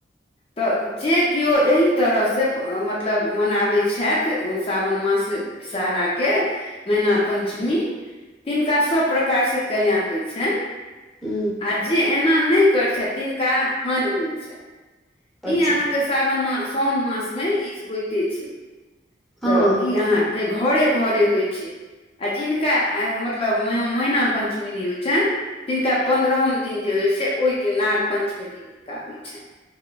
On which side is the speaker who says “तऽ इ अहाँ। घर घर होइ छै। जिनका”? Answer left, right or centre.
Left